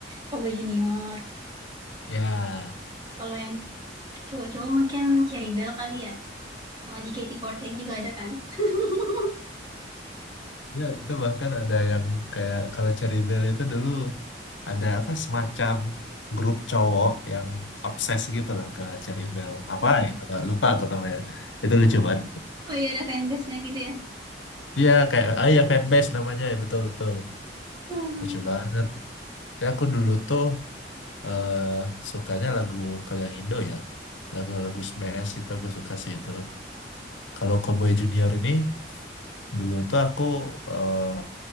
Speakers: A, on the right; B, on the left.
A: Kobe Junior.
B: ya
A: Kalau yang cowok-cowok mungkin Cherry Bell kali ya. Sama JKT48 juga ada kan? <laughs>
B: Ya, itu bahkan ada yang kayak kalau Cherry Bell itu dulu ada apa semacam grup cowok yang obses gitu lah ke Cherry Bell. Apa ya? Nggak lupa aku namanya. Itu lucu banget.
A: Oh iya ada fanbase-nya gitu ya.
B: Iya kayak ah ya fanbase namanya ya betul betul.
A: Hmm.
B: Lucu banget. Ya, aku dulu tuh eh sukanya lagu kalau yang Indo ya. Lagu-lagu Smash itu aku suka sih itu. Kalau Cowboy Junior ini dulu tuh aku eh,